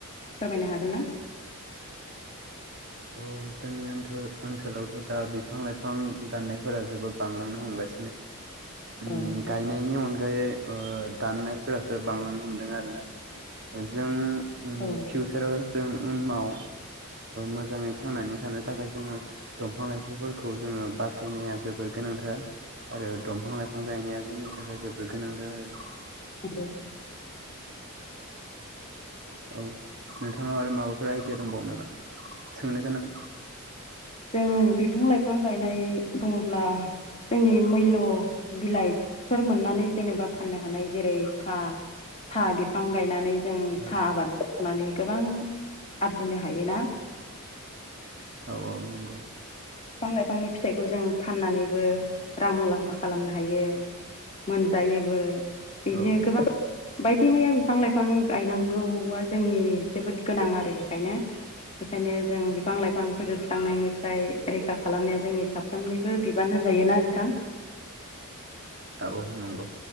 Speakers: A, on the left; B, on the right.
A: फोरमायनो हागोन ना?
B: औ जोंनि ओनसोलावथ' दा बिफां लाइफां दाननायफोरा जोबोद बांलांनो हमबाय उम
A: औ नोंथां
B: गायनायनि अनगायै ओ दाननायफोरासो बांलांनो हमदों आरोना जों उम
A: औ
B: फिउचाराव जों उनाव मोजां मोजाङै थांनानै थानो थाखाय जोङो दंफां लाइफांफोरखौ जोङो बासायनाया जोबोर गोनांथार आरो दंफां लाइफां गायनाया जोंनि थाखाय जोबोद गोनांथार आरो
A: हेल'।
B: औ नोंथांनाव आरो माबाफोर आइडिया दंबाव नामा सोंनो गोनां
A: जों बिफां लाइफां गायनाय दङब्ला जोंनि मैल' बिलाइफोर मोननानै जेनेबा फाननो हानाय जेरै साहा साहा बिफां गायनानै जों
B: औ
A: साहा आबाद मावनानै गोबां आरजिनो हायोना
B: औ-औ नंगौ।
A: बिफां लाइफांनि फिथाइखौ जों फाननानैबो रां मुलाम्फा खालामनो हायो। मोनजायोबो बिदिनो
B: औ
A: गोबां बायदि मैया बिफां लाइफां गायनांगौआ जोंनि जोबोद गोनां आरो बेखायनो बेखायनो जों बिफां लाइफां फोजोबस्रांनायनिफ्राय रैखा खालामनाया जोंनि साफ्रोमनिबो बिबान होनजायोना बिथां
B: औ नंगौ।